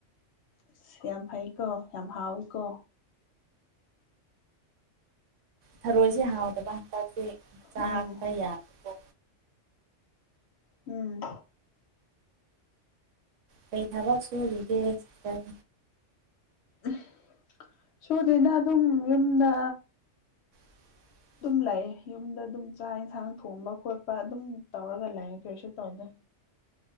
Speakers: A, on the left; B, on the right.
A: ꯑꯁ ꯌꯥꯝ ꯍꯩꯀꯣ ꯌꯥꯝ ꯍꯥꯎꯋꯤꯀꯣ꯫
B: ꯊꯔꯣꯏꯁꯦ ꯍꯥꯎꯗꯕ ꯍꯥꯟꯇꯥꯛꯁꯦ ꯆꯥ
A: ꯎꯝ
B: ꯈꯔ ꯌꯥꯕꯀꯣ꯫
A: ꯎꯝ
B: ꯀꯩ ꯊꯕꯛ ꯁꯨꯔꯤꯒꯦ ꯅꯪ
A: ꯎꯝ ꯁꯨꯗꯔꯤꯗ ꯑꯗꯨꯝ ꯌꯨꯝꯗ
B: <unintelligible>
A: ꯗꯨꯝ ꯂꯩꯌ‌ꯦ ꯌꯨꯝꯗ ꯑꯗꯨꯝ ꯆꯥꯛ ꯌꯦꯟꯁꯥꯡ ꯊꯣꯡꯕ ꯈꯣꯠꯄ ꯑꯗꯨꯝ ꯇꯧꯔꯒ ꯂꯩ ꯀꯔꯤꯁꯨ ꯇꯧꯗ‌ꯦ